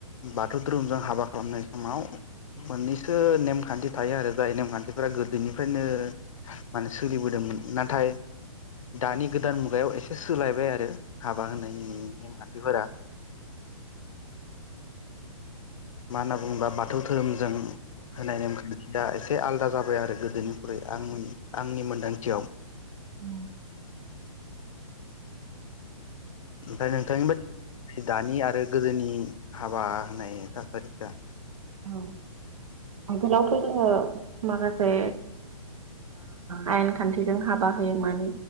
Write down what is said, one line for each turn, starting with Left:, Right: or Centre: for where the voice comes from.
Left: बाथौ धोरोमजों हाबा खालामनाय समाव मोननैसो नेमखान्थि थायो आरो जाय नेमखान्थिफोरा गोदोनिफ्रायनो माने सोलिबोदोंमोन नाथाय दानि गोदान मुगायाव एसे सोलायबाय आरो हाबा होनायनि नेमखान्थिफोरा। मा होनना बुङोबा बाथौ धोरोमजों होनाय नेमखान्थिया एसे आलादा जाबाय आरो गोदोनिख्रुइ आं आंनि मोन्दांथियाव।
Right: औ
Left: ओमफ्राय नोंथांनि बदिबा दानि आरो गोदोनि हाबा होनाय थासारिफ्रा
Right: औ आगोलावथ जोङो माखासे आयेन खान्थिजों हाबा होयोमोन